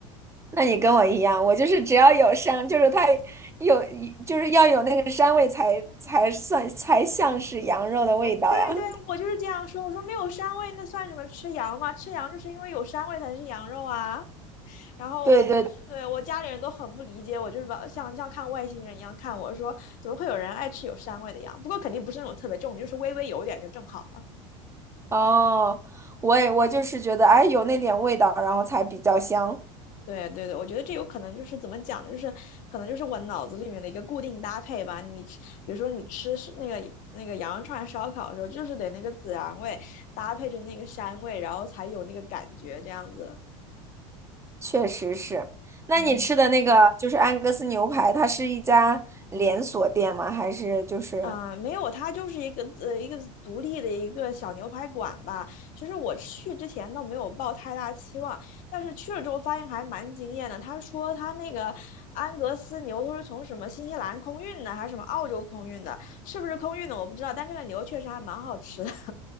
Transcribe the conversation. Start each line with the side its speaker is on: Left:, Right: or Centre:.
Right: 那你跟我一样，我就是只要有膻，就是它有，就是要有那个膻味才才算才像是羊肉的味道呀。
Left: 对对对，
Right: <laughs>
Left: 我就是这样说，我说没有膻味那算什么吃羊吗？吃羊就是因为有膻味才是羊肉啊。然后我对我家里人都很不理解我，
Right: 对对，
Left: 就是把像像看外星人一样看我说，怎么会有人爱吃有膻味的羊？不过肯定不是那种特别重，就是微微有点就正好。
Right: 哦，我也我就是觉得，哎，有那点味道，然后才比较香。
Left: 对对对，我觉得这有可能就是怎么讲呢，就是可能就是我脑子里面的一个固定搭配吧。你吃，比如说你吃是那个那个羊肉串烧烤的时候，就是得那个孜然味搭配着那个膻味，然后才有那个感觉这样子。
Right: 确实是。那你吃的那个就是安格斯牛排，
Left: 嗯。
Right: 它是一家连锁店吗？还是就是？
Left: 啊、没有，它就是一个呃一个独立的一个小牛排馆吧。其实我去之前倒没有抱太大期望，但是去了之后发现还蛮惊艳的。他说他那个安格斯牛都是从什么新西兰空运的，还是什么澳洲空运的？是不是空运的我不知道，但这个牛确实还蛮好吃的。